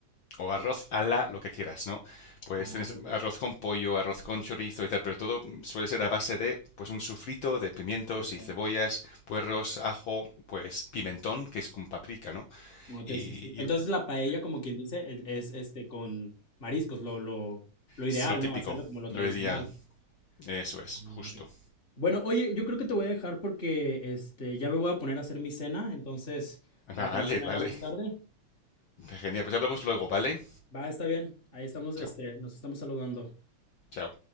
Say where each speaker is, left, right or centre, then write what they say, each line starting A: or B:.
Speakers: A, on the left (about 80°); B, on the left (about 50°).
A: o arroz a la, lo que quieras, ¿no? Pues
B: Ah,
A: tienes
B: ok,
A: arroz con pollo, arroz con chorizo y tal, pero todo suele ser a base de, pues, un sufrito de pimientos
B: ok.
A: y cebollas, puerros, ajo, pues, pimentón, que es con paprika, ¿no?
B: Ok,
A: Y,
B: sí, sí. Entonces
A: y
B: la paella, como quien dice, es, es, este con mariscos, lo, lo, lo ideal,
A: es lo típico,
B: ¿no? Hacerlo como lo
A: lo
B: tradicional.
A: ideal, eso
B: Ah,
A: es, justo.
B: ok. Bueno, oye, yo creo que te voy a dejar porque este ya me voy a poner a hacer mi cena, entonces,
A: <laughs>
B: para que
A: Vale,
B: no se me
A: vale,
B: haga más tarde.
A: genial, pues hablamos luego, ¿vale?
B: Va, está bien. Ahí estamos,
A: Chao,
B: este, nos estamos saludando.
A: chao.